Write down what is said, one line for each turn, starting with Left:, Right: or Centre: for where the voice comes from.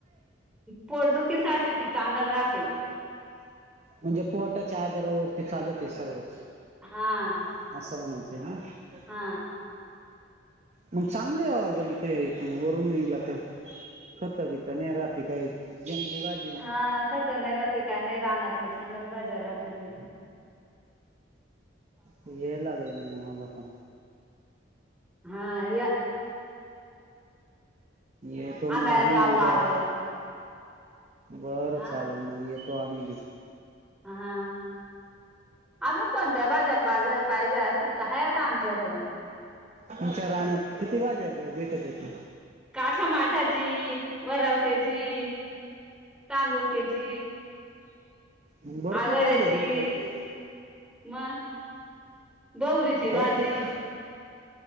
Centre: पोटदुखीसाठी ती चांगल राहते.
Right: म्हणजे पोटाच्या आजारावरती चालत आहे सर्व
Centre: हा
Right: <inaudible>
Centre: हा
Right: मग चांगले ऑरगॅनिक आहे वरून येईल तर होतीता नाही रा काय जंगली बाज
Centre: हा खतं नाही राहते काय नाही रानातलं चांगल भाज्या राहत तथ
Right: येल लागलं मग मला पण
Centre: हा या.
Right: ये तो मग
Centre: आणाय
Right: आम्ही
Centre: जाऊ
Right: बी बस
Centre: आल्यावर
Right: बरं
Centre: हा
Right: चाल मग येतो आम्ही
Centre: हा अजून कोणत्या भाजपज पाहिजे असेल तर हाय आता आमच्या कडे
Right: तुमच्या राहण्यात किती वाजे भेटत येते?
Centre: काठामाठाची वरवट्याची तांदुळक्याची
Right: मग भरपूर
Centre: आघाड्याची
Right: भाज्या भेटतात की
Centre: मग बौरीची
Right: भरपूर
Centre: भाजी